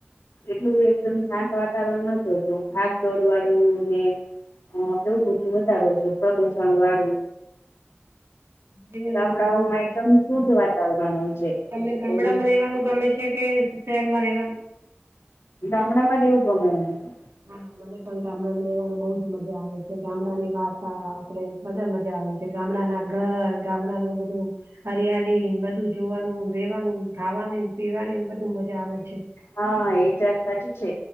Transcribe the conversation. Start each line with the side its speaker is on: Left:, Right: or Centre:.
Left: એટલુંબધુ એકદમ શાંત વાતાવરણ નથી હોતું ભાગ દોડ વાડુ ને એવું બધું વધારે હોય છે પ્રદુષણ વાળું
Right: દિવાલી
Left: ગામડાઓમાં
Right: ભી બહજ મજા
Left: એકદમ
Right: આવે
Left: શુદ્ધ
Right: તને <unintelligible>
Left: વાતાવરણ હોય છે
Right: તમને ગામડામાં
Left: તેમ
Right: રહેવાનું ગમે છે કે શહેરમાં રહેવાનું
Left: ગામડામાં રેવુ ગમે મને તો
Right: હા મને પણ ગામડામાં રેવાનું બહુજ મજા આવે છે ગામડા ની વાર્તા આપડે બધા મજા આવે છે ગામડાના ઘર ગામડાનું બધું હરિયાલી બધું જોવાનું રેવાનું ખાવાની પીવાની બધું મજા આવે છે.
Left: હા એજ વાત સાચી છે